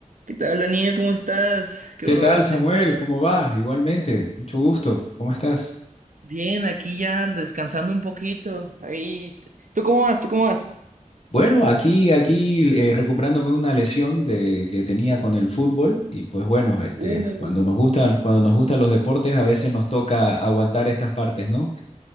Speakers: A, on the right; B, on the left.
A: ¿Qué tal, Daniel? ¿Cómo estás? Qué
B: ¿Qué
A: bueno
B: tal,
A: verte.
B: Samuel? ¿Cómo vas? Igualmente, mucho gusto. ¿Cómo estás?
A: Bien, aquí ya descansando un poquito. Ahí, ¿tú cómo vas? ¿Tú cómo vas?
B: Bueno, aquí, aquí eh, recuperándome una lesión de, que tenía con el fútbol y pues bueno, este,
A: Uh,
B: cuando nos gustan, cuando nos gustan los deportes, a veces nos toca aguantar estas partes, ¿no?